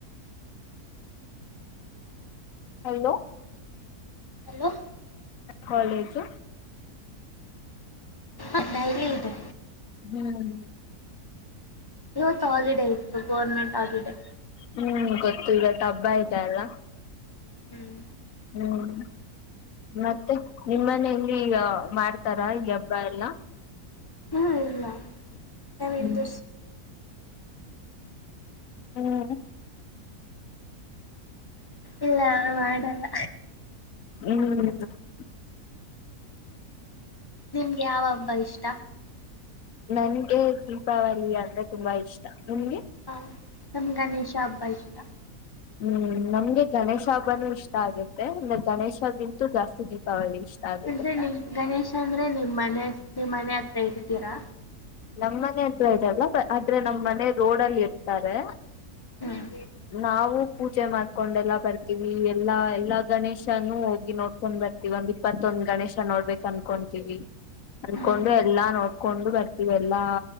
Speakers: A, on the left; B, on the left.
A: hello
B: hello
A: college
B: ಅಡಾಯ ಇದೆ
A: ಹ್ಮ್
B: ಇವತ್ತು ಹಾಲಿಡೇ ಇತ್ತು ಗೌರ್ಮೆಂಟ್ ಹಾಲಿಡೇ
A: ಹ್ಮ್ ಗೊತ್ತು ಈಗ ಟ ಹಬ್ಬ ಆಯ್ತಾ ಎಲ್ಲ
B: ಹ್ಮ್
A: ಹ್ಮ್ ಮತ್ತೆ ನಿಮ್ಮನೆಯಲ್ಲಿ ಮಾಡ್ತಾರ ಈ ಹಬ್ಬ ಎಲ್ಲಾ
B: ಹ್ಮ ಇಲ್ಲಾ ಯಂದ
A: ಹ್ಮ್ ಹ್ಮ್
B: ಇಲ್ಲ ಅವ ಮಾಡಲ್ಲ
A: ಹ್ಮ್
B: ನಿಮ್ಗೆ ಯಾವ ಹಬ್ಬ ಇಷ್ಟ
A: ನನ್ಗೆ ದೀಪಾವಳಿ ಅಂದ್ರೆ ತುಂಬಾ ಇಷ್ಟ ನಗೆ
B: ಹಾ ನಮ್ ಗಣೇಶ ಹಬ್ಬಾ ಇಷ್ಟ
A: ಹ್ಮ್ ನಮ್ಗೆ ಗಣೇಶ ಹಬ್ಬನೂ ಇಷ್ಟ ಆಗುತ್ತೆ ಅಂದ್ರೆ ಗಣೇಶಗಿಂತೂ ಜಾಸ್ತಿ ದೀಪಾವಳಿ ಇಷ್ಟ ಆಗುತ್ತೆ
B: ಅಂದ್ರೆ ನಿಮ ಗಣೇಶ ಅಂದ್ರೆ ನಿಮ್ ಮನೆ ನಿಮ್ ಮನೆ ಹತ್ರ ಇಡ್ತೀರಾ
A: ನಮ್ಮ್ ಮನೆ ಹತ್ರ ಇದಲ್ಲ ಆದ್ರೆ ನಮ್ಮ್ ಮನೆ ರೋಡ್ಲ್ಲಿ ಇರ್ತಾರೆ
B: ಹ್ಮ್
A: ನಾವು ಪೂಜೆ ಮಾಡ್ಕೊಂಡೆಲ್ಲ ಬರ್ತೀವಿ ಎಲ್ಲಾ ಎಲ್ಲಾ ಗಣೇಶನುೂ ಹೋಗಿ ನೋಡ್ಕೊಂಡ್ ಬರ್ತಿೀವಿ ಒಂದ್ ಇಪ್ಪತ್ತೊಂದ್ ಗಣೇಶ ನೋಡ್ಬೇಕು ಅನ್ಕೊಂತೀವಿ ಅಂದಕೊಂಡು
B: ಹ್ಮ್
A: ಎಲ್ಲಾ ನೋಡ್ಕೊಂಡು ಬರ್ತೀವಿ ಎಲ್ಲಾ